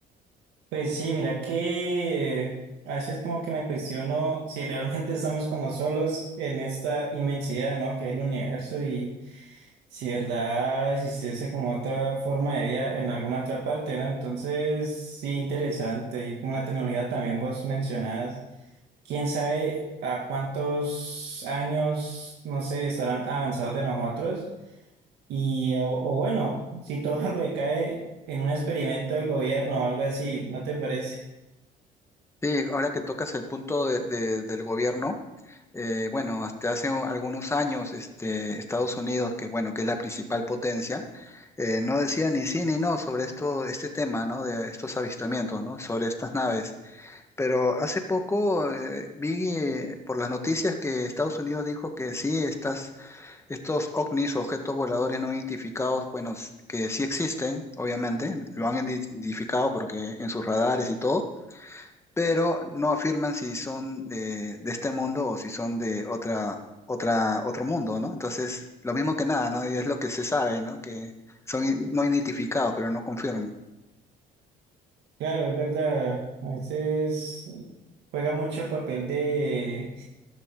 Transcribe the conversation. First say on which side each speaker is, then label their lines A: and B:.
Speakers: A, on the right; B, on the left.
A: Pues sí, mira que a veces como que me cuestiono <laughs> si realmente estamos como solos en esta inmensidad, ¿no? Que es el universo y si de verdad existiese como otra forma de vida en alguna otra parte, ¿no? Entonces, sí, interesante. Y como la tecnología también vos mencionás, quién sabe a cuántos años, no sé, estarán avanzados de nosotros. Y, o, o bueno, si todo <laughs> recae en un experimento del gobierno o algo así, ¿no te parece?
B: Sí, ahora que tocas el punto de- de- del gobierno, eh, bueno, hasta hace un- algunos años, este, Estados Unidos, que bueno, que es la principal potencia, eh, no decía ni sí ni no sobre esto, este tema, ¿no? De estos avistamientos, ¿no? Sobre estas naves. Pero hace poco eh, vi eh, por las noticias que Estados Unidos dijo que sí, estas Estos ovnis, objetos voladores no identificados, bueno, s- que sí existen, obviamente, lo han indi- identificado porque en sus radares y todo, pero no afirman si son de, de este mundo o si son de otra, otra, otro mundo, ¿no? Entonces, lo mismo que nada, ¿no? Y es lo que se sabe, ¿no? Que son i- no identificados, pero no confirman.
A: Claro, es verdad. A veces eh, juega mucho el papel de,